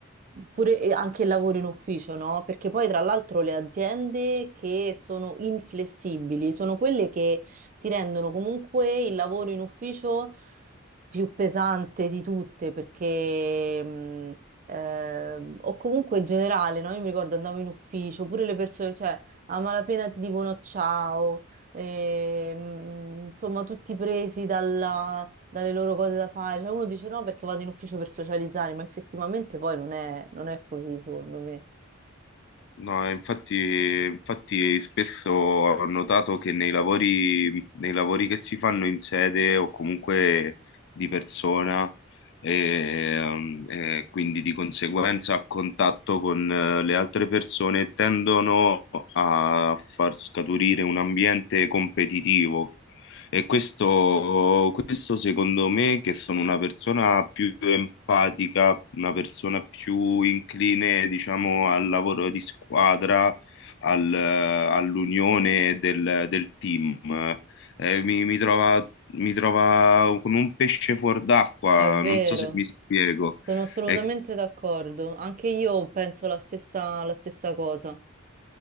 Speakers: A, on the right; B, on the left.
A: pure e anche il lavoro in ufficio, no? Perché poi tra l'altro le aziende che sono inflessibili sono quelle che ti rendono comunque il lavoro in ufficio più pesante di tutte, perché ehm, ehm, o comunque in generale, no? Io mi ricordo andavo in ufficio, pure le persone, cioè a malapena ti dicono ciao, ehm, insomma tutti presi dalla- dalle loro cose da fare, cioè uno dice no perché vado in ufficio per socializzare, ma effettivamente poi non è, non è così secondo me.
B: no, infatti, infatti spesso ho notato che nei lavori, nei lavori che si fanno in sede o comunque di persona, e, ehm, e quindi di conseguenza a contatto con eh, le altre persone tendono a far scaturire un ambiente competitivo E questo, questo secondo me, che sono una persona più empatica, una persona più incline, diciamo, al lavoro di squadra, al- all'unione del, del team, Eh, mi, mi trova, mi trova come un pesce fuor d'acqua,
A: È vero,
B: non so se mi spiego.
A: sono assolutamente
B: È
A: d'accordo, anche io penso la stessa, la stessa cosa,